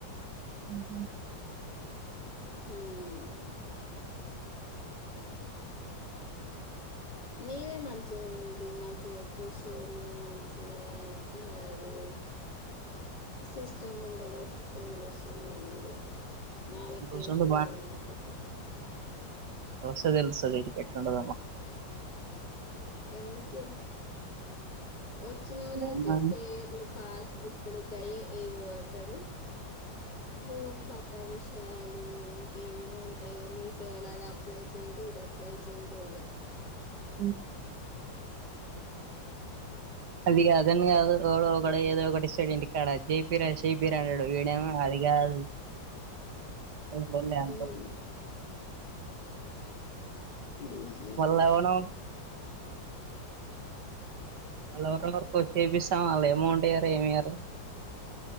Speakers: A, on the right; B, on the left.
A: ఉహు
B: మ్ నీవే మంచిగా ఉంది మంచిగా కూర్చొని మంచిగా అది సిస్టమ్ ముందలా ఒతుకొని కూర్చొని ఉనుడు నల్క
A: కూర్చుంటే
B: ఇంటి కాడా ఎవరు పడుకుంటారు
A: వస్తా తిలుస్తాది ఇడికి ఎట్లుంటాడో
B: ఎందుక వచ్చిన
A: మరి
B: వాళ్ళ అది పేర్లు పాస్బుక్లు గయ ఏవబట్టారు భూమి పట్టా విషయాలు ఇంకేమేమో ఉంటాయి మీ సేవలో అది అప్లై చేయడి ఇది ప్లై చే ఇడగా
A: అ అదిగ అదన్ ఒకగ ఏదో ఒకాడంంటి కాక్కడ అజ్ి రస్ పిర్ండ్రడు వీడేమో అది కాదు అ
B: ఉమ్ ఉహు
A: వాళ్ళ లవర్ ఎరవరి కొచ్చపిస్తామాల అమౌంట్ ఇయ్యారు ఏమి్యారు